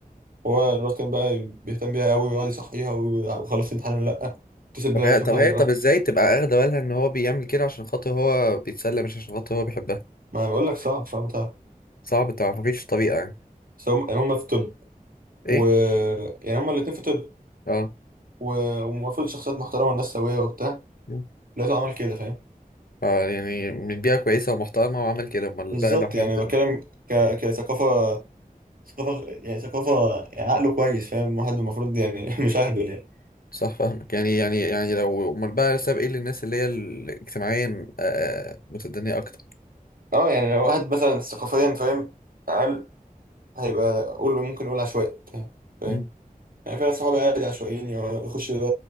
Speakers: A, on the right (about 70°); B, on the left (about 75°).
A: هو الواد كان بقى بيهتم بيها قوي ويقعد يصحيها وي- وخلص الامتحان ولا لا اتصل بيها
B: طب هي
A: شوفها
B: طب هي
A: هي راحت.
B: طب ازاي تبقى اخده بالها ان هو بيعمل كده عشان خاطر هو بيتسلى مش عشان خاطر هو بيحبها
A: ما بقول لك صعب صعب تعرف
B: صعب تعرف مفيش طريقة يعني
A: بس هم يعني هم في طب و
B: ايه
A: يعني هم الاثنين في طب
B: اه
A: و- ومفروض شخصيات محترمه والناس سويه وبتاع
B: مم.
A: لقيته عمل كده فاهم
B: اه يعني من بيئة كويسة ومحترمة وعمل كده امال
A: بالظبط
B: بقى لو حد
A: يعني بتكلم ك... كثقافة ثقافة يعني ثقافة عقله كويس فاهم واحد المفروض يعني <laughs> مش أهبل يعني
B: صح فاهمك يعني يعني يعني لو امال بقى ساب ايه للناس اللي هي ال- اجتماعيا آه متدنية اكتر
A: اه يعني لو واحد مثلا ثقافيا فاهم أقل هيبقى قول ممكن نقول عشوائي فاهم
B: امم
A: يعني في ناس صحابي عادي عشوائيين يقعد- يخش ده